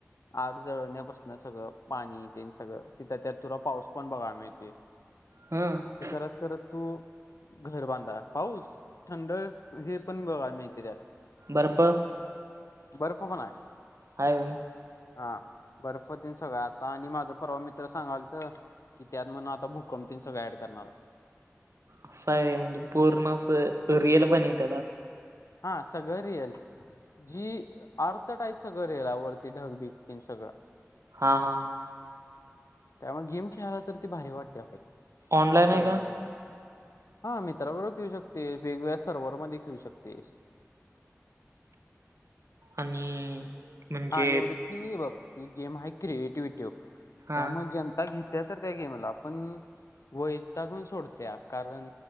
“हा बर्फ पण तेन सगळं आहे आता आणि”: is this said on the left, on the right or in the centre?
Left